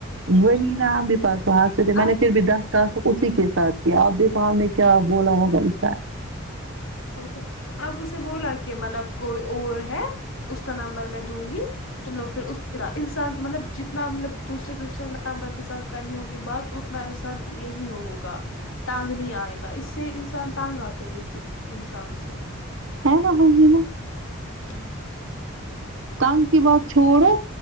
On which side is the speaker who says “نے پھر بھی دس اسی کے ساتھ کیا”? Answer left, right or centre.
Right